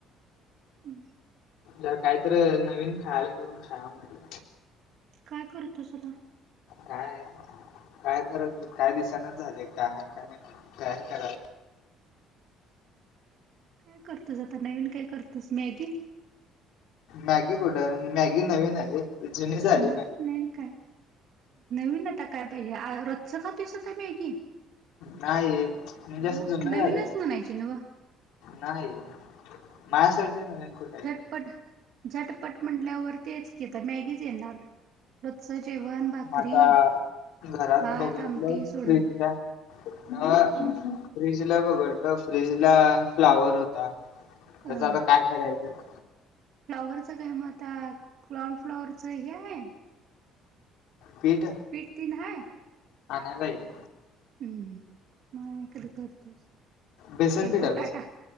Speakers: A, on the right; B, on the left.
A: हम्म.
B: ते कायतर नवीन खायला करून खाऊया म्हटलं.
A: काय करतोस आता?
B: काय, काय कर काय दिसांनाच झाले का आहे का नाही तयार करायला.
A: काय करतोस आता नवीन काय करतोस मॅगी?
B: मॅगी कुठ मॅगी नवीन आहे होय जुनी झाली
A: मग
B: मॅगी.
A: नवीन काय नवीन आता काय पाहिजे रोजच खातोस आता मॅगी?
B: नाही म्हणजे
A: मग
B: असं जुनं
A: नवीनच
B: झालंय
A: म्हणायची नव?
B: नाही माझ्यासाठी नवीन कुठ.
A: झटपट, झटपट म्हंटल्यावर तेच की आता मॅगीच येणार. रोजचं जेवण भाकरी
B: मग आता घरात
A: भात
B: बगितलो
A: आमटी सोडून
B: फ्रीजला ह फ्रीज
A: मग
B: ला बघडलं फ्रीज ला फ्लावर होत ता त्याचं
A: अ
B: आता काय करायचं
A: फ्लॉवरचं काय म आता, काॕर्ण फ्लॉवरचं हे हाय
B: पीठ
A: पीठ तीन हाय
B: आणाय पायजे
A: हम्म, मग आणुन कधी करतूस,
B: बेसन
A: एक
B: पीठ
A: बटाटा
B: आहे बेसन